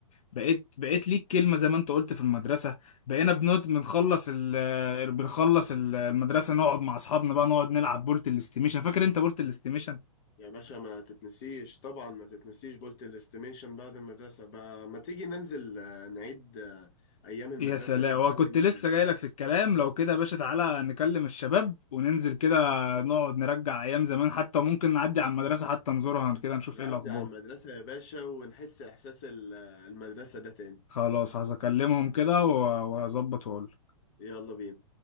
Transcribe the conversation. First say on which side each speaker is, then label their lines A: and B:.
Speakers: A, on the left (about 75°); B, on the left (about 45°).
A: بقيت بقيت ليك كلمة زي ما أنت قلت في المدرسة بقينا بنقعد بنخلص ال آه، بنخلص ال- المدرسة نقعد مع أصحابنا بقى نقعد نلعب بولت الاستيميشن فاكر أنت بولت الاستيميشن
B: يا باشا ما تتنسيش طبعا ما تتنسيش بولت الاستيميشن بعد المدرسة بقى ما تيجي ننزل آه، نعيد آه، أيام المدرسة
A: يا سلام
B: دي نحاول
A: وكنت
B: ن-
A: لسه جايلك في الكلام لو كده يا باشا تعالى نكلم الشباب وننزل كده نقعد نرجع ايام زمان حتى ممكن نعدي على المدرسة حتى نزورها كده نشوف
B: نعدي
A: ايه الاخبار
B: على المدرسة يا باشا ونحس إحساس ال- آه، المدرسة ده تاني
A: خلاص هكلمهم كده و- واظبط واقول
B: يلا بينا